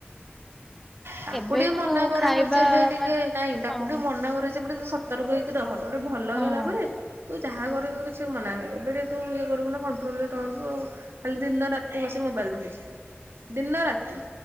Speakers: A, on the right; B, in the centre.
A: ତାକୁ
B: ଏବେଠୁ
A: ଟିକେ ମନା କରା
B: ଖାଇବା
A: ହଉ ଯେବେ ଟିକେ
B: ମାନେ
A: ନାଇଁ, ତାକୁ
B: ହଁ
A: ଟିକେ ମନା କରିଛି, ସେପଟେ ସତର୍କ ହେଇକି ରହ ତ ଗୋଟେ ଭଲ
B: ହଁ
A: ହେଇଗଲା ପରେ ତୁ ଯାହା କରୁ କିଛି ମନା ନାହିଁ, ଏବେଡେ ତୁ ଇଏ କରବୁ ନା କଣ୍ଟ୍ରୋଲରେ ରହିବୁ ଆଉ। ଖାଲି ଦିନ ରାତି ବସି ମୋବାଇଲ୍ ଦେଖୁଛି। ଦିନ ରାତି